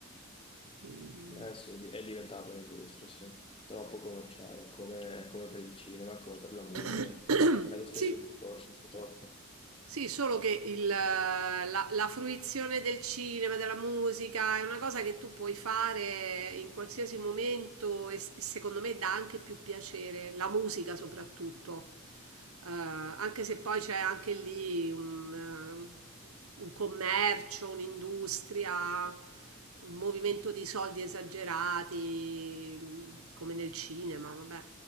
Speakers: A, on the right; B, on the left.
A: Ehm.
B: Eh sì, di- è diventata un'industria, sì. Troppo commerciale, come, come per il cinema, come per la musica.
A: <coughs>
B: È lo stesso
A: Sì,
B: discorso, purtroppo.
A: Sì, solo che il, la, la fruizione del cinema, della musica, è una cosa che tu puoi fare in qualsiasi momento e s- secondo me dà anche più piacere, la musica soprattutto, Eh, anche se poi c'è anche lì un, eh, un commercio, un'industria, un movimento di soldi esagerati, mh, come nel cinema, vabbè.